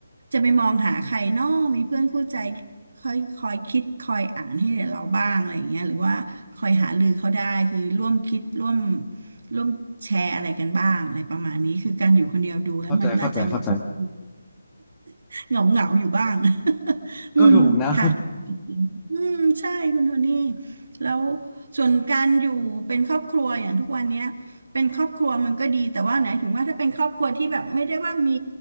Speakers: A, on the right; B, on the left.
A: จะไปมองหาใครเนอกมีเพื่อนคู่ใจคอยคอยคิดคอยอ่านให้เราบ้างอะไรอย่างเงี้ยหรือว่าคอยหารือเขาได้คือร่วมคิดร่วมร่วมแชร์อะไรกันบ้างอะไรประมาณนี้คือการอยู่คนเดียวดูแล้วมันน่าจะเหงาเหงา
B: เข้าใจเข้าใจเข้าใจ
A: <laughs> เหงาอยู่บ้าง <laughs> อืมค่ะ
B: ก็ถูกนะ
A: อืมใช่คุณโทนี่แล้วส่วนการอยู่เป็นครอบครัวอย่างทุกวันเนี้ย เป็นครอบครัวมันก็ดีแต่ว่าไหนถึงว่าถ้าเป็นครอบครัวที่แบบไม่ได้ว่ามี